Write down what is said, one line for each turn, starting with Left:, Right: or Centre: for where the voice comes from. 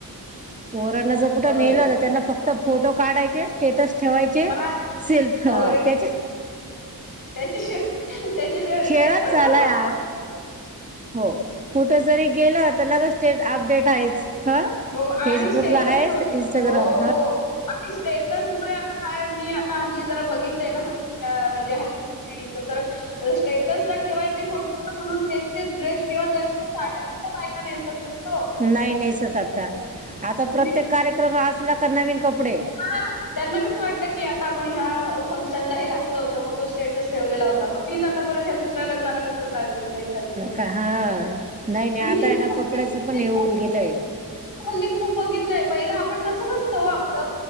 Right: पोरांना जो कुठे
Left: होय.
Right: नेला होता त्यांना फक्त तर फोटो काढायचे स्टेटस ठेवायचे
Left: बास
Right: सेल्फ
Left: हो रे
Right: त्याच्या
Left: त्याच्याशिवाय त्याच्याशिवाय
Right: खेळ
Left: स्टेटसला
Right: झाला
Left: फार मोठी
Right: हो कुठ जरी गेलं तर लगे स्टेट अपडेट आहेच हा
Left: हो आणि
Right: फेसबुकला
Left: स्टेटस
Right: आहेच इंस्टाग्राम
Left: हो हो आणि स्टेटस मुळे आता काय मी आ आता हल्ली जरा बघितलंय ना हल् म्हणजे हल्ली पिढीच तर स्टेटसला ठेवायचे फोटो म्हणून तेच तेच ड्रेस किंवा त्या साड्या बायका नेसत नाहीत हो.
Right: नाही नेसत आता आता
Left: म्हणजे
Right: प्रत्येक कार्यक्रम असला का नवीन कपडे
Left: हां, त्यांना कसं वाटतं की आता आपण ह्या फंक्शनला हे घातलं होतंग तो स्टेटस ठेवलेला होता मग तीच आता परत या दुसऱ्या लग्नाला कसं नेसायची?
Right: का हा नाही नाही
Left: मी
Right: आता
Left: हे
Right: आहे ना कपड्याच
Left: हल्ली
Right: पण येऊन
Left: खूप
Right: गेलंय
Left: हल्ली खूप बघितलंय पहिलं आपण तसं नसतं आपत